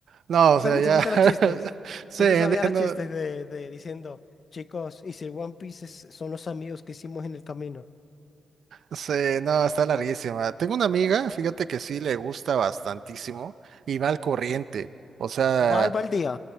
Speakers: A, on the right; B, on the left.
A: no,
B: ¿Tú
A: o sea,
B: también
A: ya.
B: supiste
A: <laughs>
B: los chistes?
A: Sí,
B: ¿Tú te
A: dije,
B: sabías los
A: no,
B: chistes de, de diciendo, chicos, y si el One Piece es- son los amigos que hicimos en el camino?
A: sí, no, está larguísima. Tengo una amiga, fíjate que sí le gusta bastantísimo y va al corriente. O sea,
B: ¿Va al va al día?